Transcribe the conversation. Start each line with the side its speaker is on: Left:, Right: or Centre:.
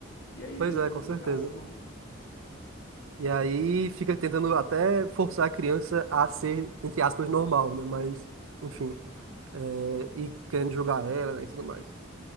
Left: E aí
Right: Pois
Left: vira
Right: é,
Left: uma complicação.
Right: com certeza. E aí fica tentando até forçar a criança a ser, entre aspas, normal, né? Mas, enfim, é, e querendo julgar ela, né, e tudo mais.